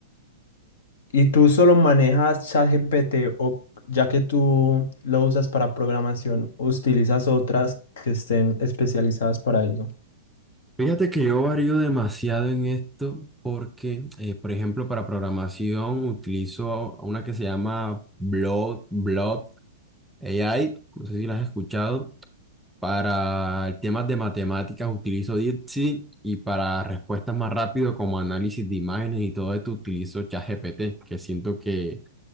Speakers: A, on the left; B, in the centre.
A: ¿Y tú solo manejas ChatGPT o ya que tú lo usas para programación, utilizas otras que estén especializadas para eso?
B: Fíjate que yo varío demasiado en esto porque, eh, por ejemplo, para programación utilizo una que se llama Blob, Blob AI, no sé si la has escuchado. Para temas de matemáticas utilizo DeepSeek y para respuestas más rápido como análisis de imágenes y todo esto utilizo ChatGPT, que siento que